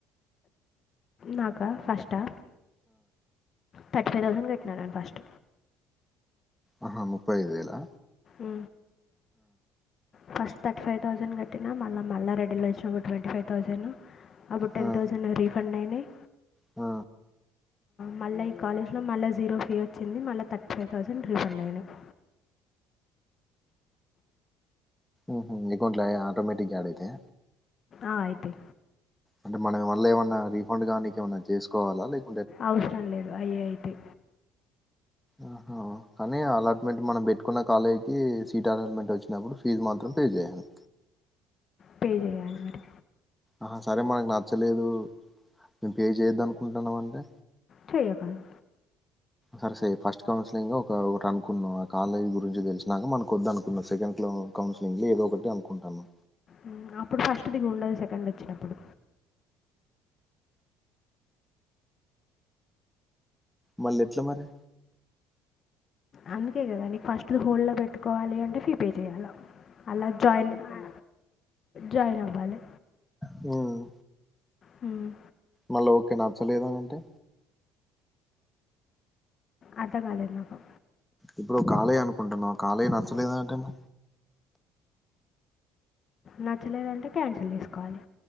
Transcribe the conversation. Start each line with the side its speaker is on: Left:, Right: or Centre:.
Left: నాకా ఫస్ట్ ఆ థర్టీ ఫైవ్ థౌసండ్ కట్టినారని ఫస్ట్
Centre: ఆహా ముప్పై ఐదు వలా
Left: అ ఫస్ట్ థర్టీ ఫై్థౌండ్ కట్టి మళీ మళ్ళా రెడీలో వచ్చినా ఒక ట్వంటీ ఫైవ్ థౌసండ్ అప్పుడు టెన్
Centre: ఆ!
Left: థౌసండ్ రీఫండ్ అయినాయి
Centre: ఆ
Left: మళ్ళా ఈ కాలేజ్ లో మళ్ళా జీరో ఫీ వచ్చింది మళ్ళీ థర్టీ ఫైవ్ థౌజండ్ రిఫండ్ అయింది ఆ
Centre: మ్ హు ఇకుంటై ఆటోమేటిక్గా డితే
Left: ఆ అయితై
Centre: అంటే మనం మళ్ళ ఏమన్నా రీఫండ్ కానీకేమన్నా చేసుకోవాలా లేక్
Left: అవసరం లేదు అయ్యే అయితై
Centre: ఆహో కానీ అలాట్మెంట్ మనం పెట్టుకున్న కాలేజ్ కి సీట్ అలాట్మెంట్ వచ్చినప్పుడు ఫీజు మాత్రం పే చేయాలి
Left: పే చేయాలి మరి
Centre: ఆ సరే మనకు నచ్చలేదు మేము పే చేయొద్దనుకుంటున్నాం అంటే
Left: చేయకాదు
Centre: సరే సే ఫస్ట్ కౌన్సిలింగ్ ఒక ఒకటనుకున్నాం ఆ కాలేజీ గురించి తెలిసినాక మనకోద్దనుకున్నాం సెకండ్ లో కౌన్సిలింగ్ లో ఏదో ఒకటి అనుకుంటాన్నం
Left: మ్మ్ అప్పుడు ఫస్ట్ దిగుండదు సెకండ్ దోచ్చినప్పుడు
Centre: మళ్ళీ ఎట్లా మరిే
Left: అందుకే కదా నీకు ఫస్ట్ ది హోల్ల్లో పెట్టుకోవాలి అంటే ఫీపే చేయాల అల్ల జాయిన్ ఆ జాయిన్ అవ్వాలే
Centre: మ్మ్మ్
Left: హుమ్మ్
Centre: మళ్ళా ఓకే నచ్చలేదాని అంటే
Left: అర్ధం కాలేదు నాకు
Centre: ఇప్పుడు ఒ కాలేజ్ అనుకుంటున్నావ్ ఆ కాలేజ్ నచ్చలేదాన్ అంటే మా
Left: నచ్చలేదంటే క్యాన్సిల్ చేసుకోవాలి